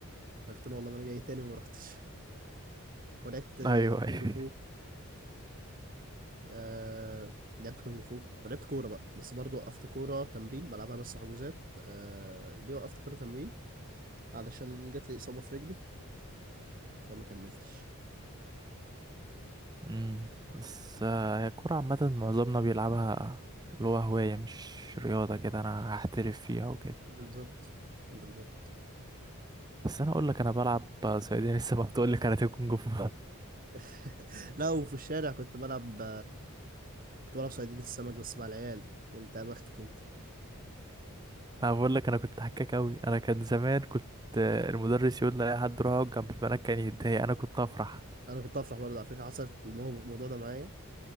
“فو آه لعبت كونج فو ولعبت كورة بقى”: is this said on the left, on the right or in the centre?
Right